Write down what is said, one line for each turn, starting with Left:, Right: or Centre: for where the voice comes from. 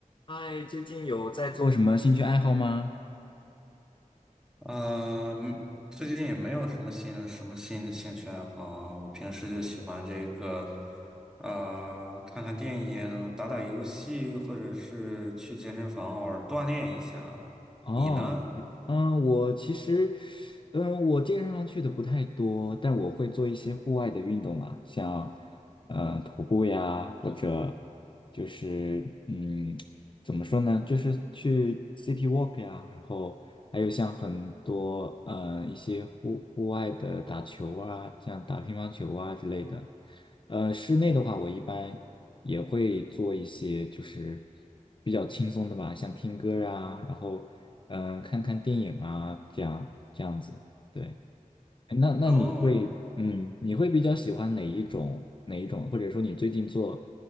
Left: 嗨，最近有在做什么兴趣爱好吗？
Centre: 呃，嗯最近也没有什么新什么新的兴趣爱好啊。我平时就喜欢这个，啊、看看电影、打打游戏，或者是去健身房偶尔锻炼一下啊。
Left: 哦，
Centre: 你呢？
Left: 嗯，我其实，嗯，我健身房去的不太多，但我会做一些户外的运动啊，像，呃，徒步呀，或者就是，嗯，怎么说呢，就是去 city walk 呀，然后还有像很多，呃，一些户户外的打球啊，像打乒乓球啊之类的。呃，室内的话，我一般。也会做一些就是比较轻松的吧，像听歌啊，然后嗯、呃看看电影啊，这样这样子。对，哎那那你会嗯，
Centre: 哦，
Left: 你会比较喜欢哪一种哪一种，或者说你最近做